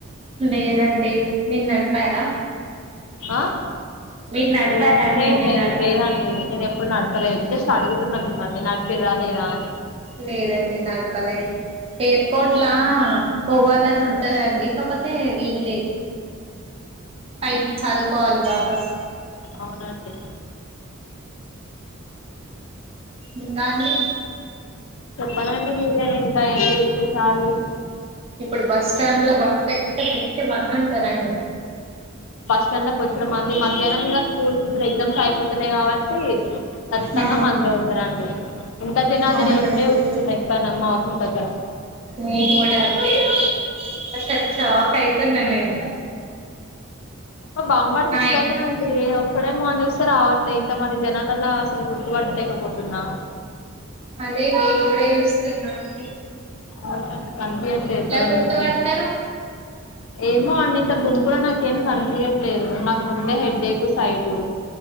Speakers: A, on the right (about 25°); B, on the left (about 65°).
A: లేదండి మీరు నడిపారా
B: ఆ
A: మీరు నడిపారా
B: లేదు
A: అండి
B: లేదు
A: నేను
B: లేదు
A: నడపలేదు
B: లేదండి నేను ఎప్పుడు నడపలేతే అడుగుతున్నాను మిమ్మల్ని న ఫర లేద అని
A: లేదండి నాగపలల్ ఎయిర్పోర్ట్లా పోవాలని ఉంటందండికపోతే వీలు లేదు కాై చాల కోాలి బాగా
B: అవునండి
A: ఇంకా అండి
B: చెప్పాలండి మీరే ఇంకా ఏంటి విశేషాలు
A: ఇప్పుడు బస్ స్టాండ్ లో బస్సు ఎక్కిచ్చి బంద ఉంటారండి
B: ం పొచ్చడం అంది మధ్యాహ్నం ఇక స్కూల్స్ ఇప్పుడు ఎగ్జామ్స్ అయిపోతున్నాయి కాబట్టి ఖచ్చితంగా
A: ఆ
B: మందే ఉంటారుండి ఇంత జినాల
A: అవునండి
B: నేను ఇప్పుడే చస్తున్నా ఇక్కడ మా స్కూల్ దగ్గర
A: నేను కూడా అండి నేనైతే షాక్ అయితున్న నేను
B: ఆ బామ్మర్ది
A: నా
B: ఇక్కడనే
A: ఎగ్స్
B: అండి ఒకక్కడే మంది వస్త రావట్లే ఇంత మంది జనాలలా అసలు గుర్తుపట్టలేకపోతున్నా
A: అదే నేను కూడా చూస్తున్నాండి
B: అ కనిపి అట్లే ఎక్కడ
A: గుర్తుపడతారు
B: మడవు ఏమో అండి ఇంత గుంపులో నాకేం కనిపయట్లేదు నాకు ముందే హెడ్డేకు సైటు